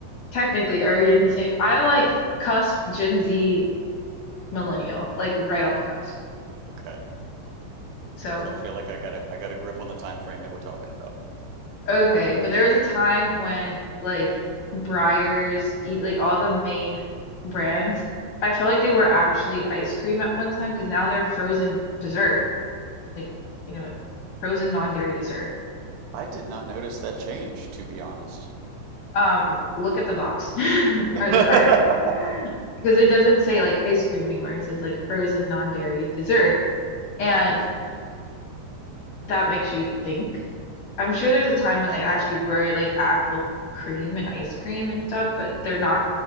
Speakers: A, on the left (about 65°); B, on the right (about 85°).
A: technically, are we in the same? I'm like cusp Gen Z millennial, like right on the cusp.
B: Okay.
A: So,
B: So I feel like I got a I got a grip on the time frame that we're talking about.
A: okay, but there was a time when like Breyers, E- like all the main brands, I felt like they were actually ice cream at one time because now they're frozen dessert, like you know, frozen non-dairy dessert.
B: I did not notice that change, to be honest.
A: Um, look at the box <laughs>
B: <laughs>
A: or the carton because it doesn't say like ice cream anymore. It says like frozen non-dairy dessert.
B: Interesting.
A: And that makes you think. I'm sure there's a time
B: Yeah.
A: when they actually were like actual cream and ice cream and stuff, but they're not